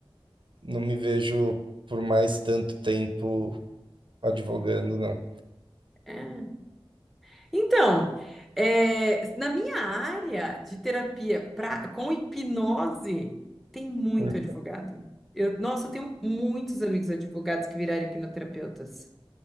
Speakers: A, on the right; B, in the centre.
A: Não me vejo por mais tanto tempo advogando, não.
B: É. Então, é, na minha área de terapia pra- com hipnose, tem muito
A: Uhum,
B: advogado. Eu, nossa, eu tenho muitos amigos advogados que viraram hipnoterapeutas.